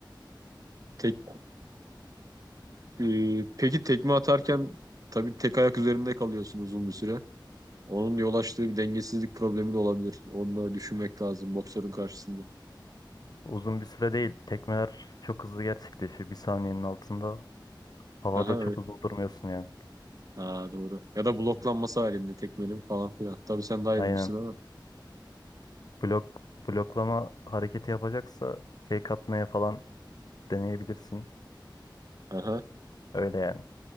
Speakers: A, on the right; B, on the left.
A: Tek, e, peki tekme atarken tabii tek ayak üzerinde kalıyorsun uzun bir süre. Onun yol açtığı bir dengesizlik problemi de olabilir. Onu da düşünmek lazım boksörün karşısında.
B: Uzun bir süre değil. Tekmeler çok hızlı gerçekleşiyor. Bir saniyenin altında. Havada
A: Aha,
B: çok uzun durmuyorsun yani.
A: Ha doğru. Ya da bloklanması halinde tekmenin falan filan. Tabii sen daha iyi
B: Aynen.
A: bilirsin ama.
B: Blok, bloklama hareketi yapacaksa fake atmaya falan deneyebilirsin.
A: Aha.
B: Öyle yani.